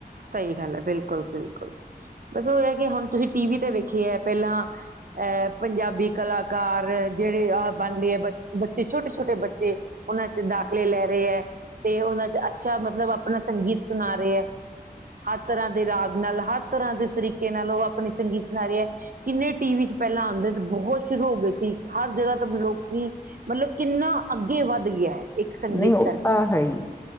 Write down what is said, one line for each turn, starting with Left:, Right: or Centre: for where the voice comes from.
Right: ਸਹੀ ਗੱਲ ਹੈ ਬਿਲਕੁਲ, ਬਿਲਕੁਲ ਬਸ ਉਹ ਇਹ ਹੈ ਕਿ ਹੁਣ ਤੁਸੀਂ ਟੀ ਵੀ ਤੇ ਵੇਖੇ ਹੈ ਪਹਿਲਾਂ ਅ ਪੰਜਾਬੀ ਕਲਾਕਾਰ ਜਿਹੜੇ ਆ ਬਣਦੇ ਹੈ ਬ ਬੱਚੇ ਛੋਟੇ-ਛੋਟੇ ਬੱਚੇ ਉਹਨਾਂ ਚ ਦਾਖਲੇ ਲੈ ਰਹੇ ਹੈ ਤੇ ਉਹਨਾਂ ਅੱਛਾ ਮਤਲਬ ਆਪਣਾ ਸੰਗੀਤ ਸੁਣਾ ਰਹੇ ਹੈ। ਹਰ ਤਰ੍ਹਾਂ ਦੇ ਰਾਗ ਨਾਲ ਹਰ ਤਰ੍ਹਾਂ ਦੇ ਤਰੀਕੇ ਨਾਲ ਉਹ ਆਪਣੇ ਸੰਗੀਤ ਨਾਲ ਰਿਹਾ ਕਿੰਨੇ ਟੀ ਵੀ ਚ ਪਹਿਲਾਂ ਆਉਂਦੇ ਬਹੁਤ ਸ਼ੁਰੂ ਹੋ ਗਏ ਸੀ ਹਰ ਜਗ੍ਹਾ ਤੋਂ ਲੋਕੀ ਮਤਲਬ ਕਿੰਨਾ ਅੱਗੇ ਵੱਧ ਗਿਆ ਹੈ। ਇੱਕ ਸੰਗੀਤ
Left: ਨਹੀਂ ਉਹ ਤਾਂ ਹੈ ਹੀ